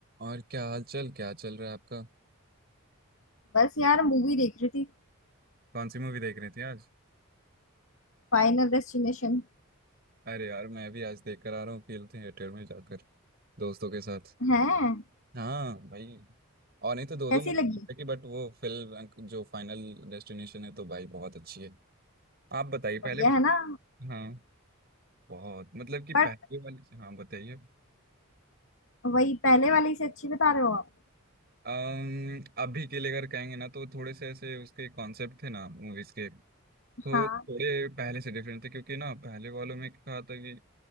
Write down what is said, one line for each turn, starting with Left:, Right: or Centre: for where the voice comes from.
Right: और क्या हाल चाल क्या चल रहा है आपका
Left: बस यार मूवी देख रही थी
Right: कौन सी मूवी देख रही थी आज
Left: फाइनल डेस्टिनेशन
Right: अरे यार मैं भी आज देख कर आ रहा हूँ फिल्म थिएटर में जाकर दोस्तों के साथ
Left: है
Right: हाँ भाई और नहीं तो दो दो
Left: कैसी
Right: मूवी
Left: लगी
Right: देख की बट वो फिल्म जो फाइनल डेस्टिनेशन है तो भाई बहुत अच्छी है आप बताइए पहले
Left: बढ़िया है ना
Right: हाँ बहुत मतलब कि पहले
Left: बट
Right: वाली हाँ बताइए
Left: वही पहले वाली से अच्छी बता रहे हो आप
Right: अम्म, अभी के लिए अगर कहेंगे ना तो थोड़े से ऐसे उसके कॉन्सेप्ट थे ना मूवीज के तो
Left: हाँ
Right: थोड़े पहले से डिफरेंट थे क्योंकि ना पहले वालों में क्या था कि